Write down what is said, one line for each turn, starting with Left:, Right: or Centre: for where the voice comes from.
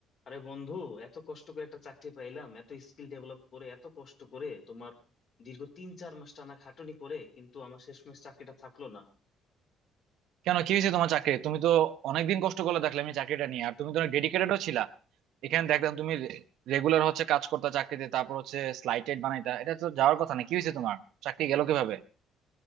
Left: আরে বন্ধু এত কষ্ট করে একটা চাকরি পাইলাম এত স্কিল ডেভেলপ করে এত কষ্ট করে তোমার দীর্ঘ তিন চার মাস টানা খাটুনি করে কিন্তু আমার শেষমেশ চাকরিটা থাকলো না
Right: কেন কি হয়েছে তোমার চাকরি তুমি তো অনেকদিন কষ্ট করে দেখলে আমি চাকরিটা নিয়ে আর তুমি তো অনেক ডেডিকেটেডও ছিলা এখানে দেখলাম তুমি রেগুলার হচ্ছে কাজ করতে চাকরিতে তারপর হচ্ছে স্লাইটেড বানাইতা এটা তো যাওয়ার কথা না কি হয়েছে তোমার চাকরি গেল কিভাবে